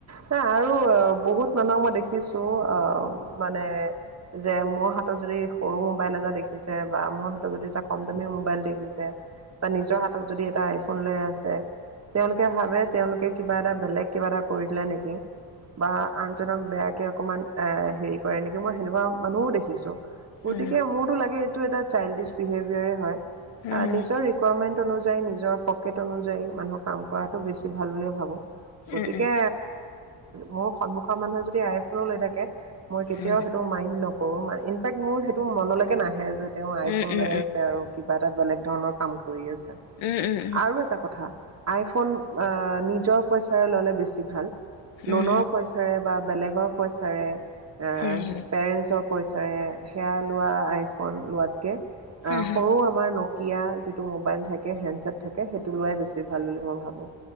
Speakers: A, on the right (about 35°); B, on the left (about 80°).
A: হ আৰু বহুত মানুহক মই দেখিছো অ', মানে যে মোৰ হাতত যদি সৰু মোবাইল এটা দেখিছে বা মোৰ হাতত যদি এটা কম দামী মোবাইল দেখিছে বা নিজৰ হাতত যদি এটা আইফোন লৈ আছে তেওঁলোকে ভাবে তেওঁলোকে কিবা এটা বেলেগ কিবা এটা কৰি দিলে নেকি বা আনজনক বেয়াকে অকমান এ হেৰি কৰে নেকি মই সেনেকুৱা মানুহও দেখিছো। গতিকে
B: উম
A: মোৰতো লাগে এইটো এটা চাইল্ডিছ বিহেভিয়াৰে হয়।
B: হম
A: নিজৰ ৰিকুৱাৰমেণ্ট অনুযা নিজৰ পকেট অনুযায়ী মানুহৰ কাম কৰাটো বেছি ভাল বুলিয়ে ভাবো। গতিকে
B: উম
A: মোৰ সন্মুখৰ মানুহে যদি আইফনো লৈ থাকে মই
B: উম
A: কেতিয়াও সেইটো মাইণ্ড ন কৰোঁ মানে, ইনফেক্ট মোৰ সেইটো মনলৈকে নাহে যে তেওঁ আইফোন
B: উম উম
A: লৈ আছে আৰু কিবা এটা বেলেগ ধৰণৰ কাম কৰি আছে।
B: উম উম উম উম
A: আৰু এটা কথা আইফোন আ নিজৰ পইচ চাৰে ল'লে বেছি ভাল।
B: উম উম
A: লোনৰ
B: উম
A: পইচাৰে বা বেলেগৰ পইচাৰে এহ
B: হম হম
A: পেৰেঞ্চৰ পইচা চাৰে সেয়া লোৱা আইফোন লোৱাতকে আ
B: হম হম হম
A: সৰু আমাৰ ন কীয়া যিটো মোবাইল থাকে হেণ্ডছেট থাকে সেইটো লোৱাই বেছি ভাল বুলি মই ভাবোঁ।